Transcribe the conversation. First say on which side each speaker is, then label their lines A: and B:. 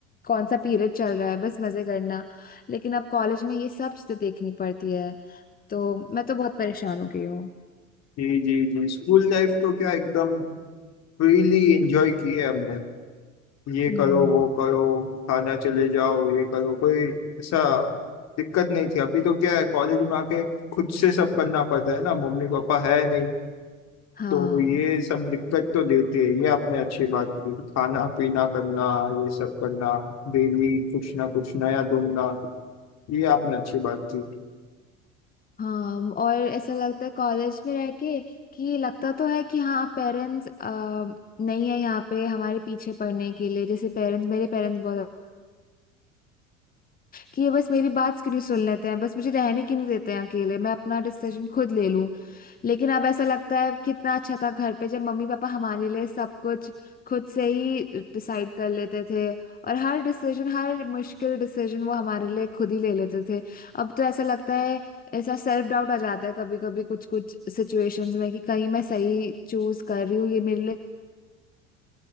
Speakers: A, on the left; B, on the left.
A: कौन सा पीरियड चल रहा है बस मजे करना लेकिन अब कॉलेज में ये सब चीजें देखनी पड़ती है तो मैं तो बहुत परेशान हो गई हूँ
B: जी जी जी स्कूल लाइफ तो क्या एकदम फ्रीली एंजॉय की है हमने ये
A: हम्म
B: करो वो करो थाना चले जाओ ये करो कोई ऐसा दिक्कत नहीं थी अभी तो क्या है कॉलेज में आके खुद से सब करना पड़ता है ना मम्मी पापा है नहीं
A: हाँ
B: तो ये सब दिक्कत तो देती है ये आपने अच्छी बात की खाना पीना करना ये सब करना डेली कुछ ना कुछ नया ढूंढना ये आपने अच्छी बात की
A: हाँ और ऐसा लगता है कॉलेज में रह के कि लगता तो है कि हाँ पेरेंट्स नहीं है यहाँ पे हमारे पीछे पढ़ने के लिए जैसे पेरेंट्स मेरे पेरेंट्स बहुत कि ये बस मेरी बात क्यों नहीं सुन लेते हैं बस मुझे रहने क्यों नहीं देते हैं अकेले मैं अपना डिसीजन खुद ले लूं लेकिन अब ऐसा लगता है कितना अच्छा था घर पे जब मम्मी पापा हमारे लिए सब कुछ खुद से ही डिसाइड कर लेते थे और हर डिसीजन हर मुश्किल डिसीजन वो हमारे लिए खुद ही ले लेते थे अब तो ऐसा लगता है ऐसा सेल्फ डाउट आ जाता है कभी कभी कुछ कुछ सिचुएशंस में कि कहीं मैं सही चूज कर रही हूँ ये मेरे लिए